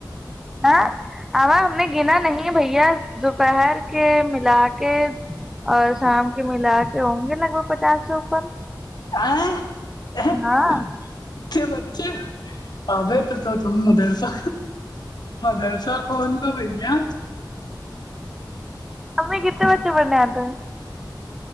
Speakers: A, in the centre; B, on the left.
A: ہاں ا ہم نے گنا نہیں بھیا دوپہر کے ملا کے اور شام کے ملا کے ہوں گے لگ بھگ پچاس سو اوپر
B: ہاںچ
A: ہاں
B: بچے آ تو تو تم مدرسہ مدرسا کھول لو بھیا
A: امی کتتے بچے بننے آ تھا